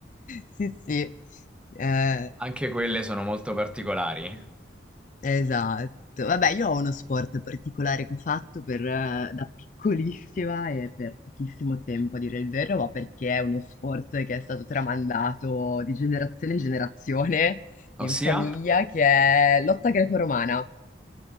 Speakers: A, on the left; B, in the centre.
A: Sì, sì. Eh,
B: Anche quelle sono molto particolari.
A: esatto. Vabbè, io ho uno sport particolare che ho fatto per, eh, da piccolissima e per pochissimo tempo, a dire il vero, ma perché è uno sport che è stato tramandato di generazione in generazione in
B: Ossia?
A: famiglia, che è lotta greco-romana.